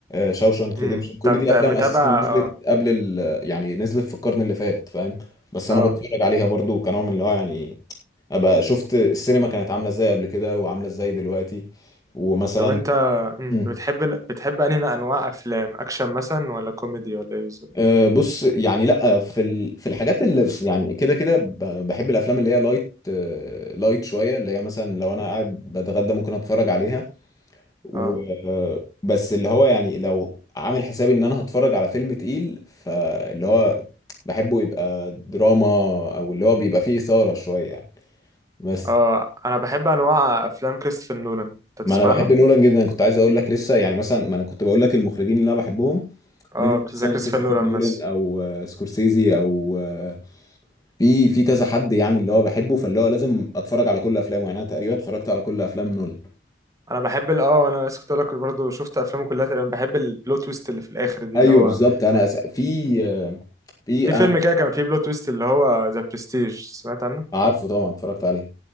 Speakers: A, on the left (about 20°); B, on the right (about 20°).
A: شاوشانك
B: امم
A: ريديمشن كل
B: انت
A: دي افلام
B: متابع
A: اساسا نزلت
B: اه
A: قبل ال يعني نزلت في القرن اللي فات فاهم بس
B: اه
A: انا بتفرج عليها برضو كنوع من اللي هو يعني ابقى شفت السينما كانت عامله ازاي قبل كده وعامله ازاي دلوقتي ومثلا
B: طب انت مم.
A: مم.
B: بتحب بتحب انهي انواع افلام اكشن مثلا ولا كوميدي ولا ايه بالظبط
A: آه، بص يعني لا في ال... في الحاجات اللي يعني كده كده ب- بحب الافلام اللي هي لايت آه، لايت شويه اللي هي مثلا لو انا قاعد بتغدى ممكن اتفرج عليها و
B: اه
A: بس اللي هو يعني لو عامل حسابي ان انا هتفرج على فيلم تقيل فاللي هو بحبه يبقى دراما او اللي هو بيبقى فيه اثاره شويه يعني بس
B: اه انا بحب انواع افلام كريستوفر نولان انت
A: ما
B: تسمع
A: انا بحب
B: عنه
A: نولان جدا كنت عايز اقول لك لسه يعني مثلا ما انا كنت بقول لك المخرجين اللي انا بحبهم
B: اه
A: منهم مثلا
B: زي كريستوفر
A: كريستوفر
B: نولان
A: نولان
B: مثلا
A: او آه، سكورسيزي او آه، في في كذا حد يعني اللي هو بحبه فاللي هو لازم اتفرج على كل افلامه يعني انا تقريبا اتفرجت على كل افلام نولان
B: انا بحب ال- اه انا لسه كنت اقول لك برضه شفت افلامه كلها تقريبا بحب البلوت تويست اللي في الاخر دي
A: ايوه
B: اللي هو
A: بالظبط انا أس... في آه، في
B: في
A: انا
B: فيلم كده كان فيه بلوت تويست اللي هو ذا برستيج سمعت عنه
A: عارفه طبعا اتفرجت عليه